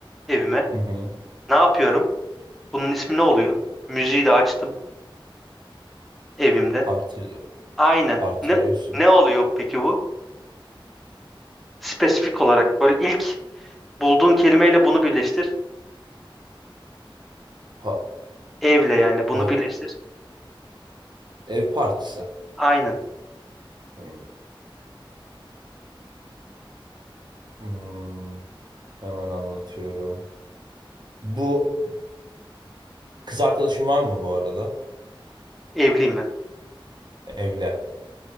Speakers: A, in the centre; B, on the right (about 55°).
A: evime.
B: Hı hı.
A: Ne yapıyorum? Bunun ismi ne oluyor? Müziği de açtım evimde.
B: Parti,
A: Aynen.
B: partiliyorsun.
A: Ne, ne oluyor peki bu? Spesifik olarak böyle ilk bulduğun kelimeyle bunu birleştir.
B: Pa-
A: Evle yani bunu
B: pa-
A: birleştir.
B: ev partisi.
A: Aynen.
B: Hmm. Hmm. Hemen anlatıyorum. Bu kız arkadaşın var mı bu arada?
A: Evliyim ben.
B: Evli.